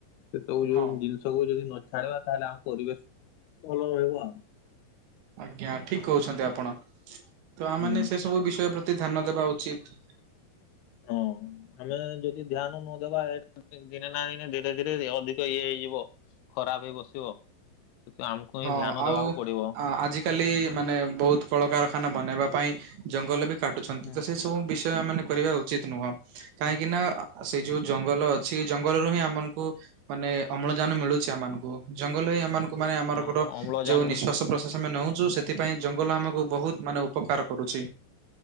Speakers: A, on the left; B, on the right.
A: ସେ ସବୁ ଯୋଉ
B: ହଁ
A: ଜିନିଷ କୁ ଯଦି ନଛାଡିବା, ତାହେଲେ ଆମ ପରିବେଶ ଭଲ ରହିବ ଆଉ।
B: ଆଜ୍ଞା, ଠିକ କହୁଛନ୍ତି ଆପଣ, ତ ଆମାନେ
A: ହୁଁ
B: ସେ ସବୁ ବିଷୟ ପ୍ରତି ଧ୍ୟାନ ଦେବା ଉଚିତ୍।
A: ହଁ, ଆମେ ଯଦି ଧ୍ୟାନ ନଦବା ଦିନେ ନା ଦିନେ ଧୀରେ ଧୀରେ ଅଧିକ ଇଏ ହେଇଯିବ, ଖରାପ ହେଇ ବସିବ। ସେତୁ ଆମକୁ
B: ହଁ
A: ହିଁ ଧ୍ୟାନ
B: ଆଉ
A: ଦବାକୁ ପଡିବ।
B: ଆଜିକାଲି ମାନେ ବହୁତ କଳକାରଖାନା ବନାଇବା ପାଇଁ ଜଙ୍ଗଲ ବି କାଟୁଛନ୍ତି,
A: ହୁଁ
B: ତ ସେଇ ସବୁ ବିଷୟ ମାନେ କରିବା ଉଚିତ ନୁହଁ, କାହିଁକି
A: ହଁ
B: ନା ସେ ଯୋଉ ଜଙ୍ଗଲ ଅଛି, ଜଙ୍ଗଲରୁ ହିଁ ଆମ ମାନଙ୍କୁ ମାନେ ଅମ୍ଳଜାନ ମିଳୁଛି ଆମ ମାନଙ୍କୁ, ଜଙ୍ଗଲ ହିଁ ଆମ ମାନଙ୍କୁ ମାନେ ଆମରଙ୍କର
A: ହଁ ଅମ୍ଳଜାନ
B: ଯୋଉ ନିଶାସ
A: ବି-
B: ନିଶ୍ୱାସ ପ୍ରଶ୍ୱାସ ଆମେ ନେଉଛୁ, ସେଥିପାଇଁ ଜଙ୍ଗଲ ଆମକୁ ବହୁତ ମାନେ ଉପକାର କରୁଛି।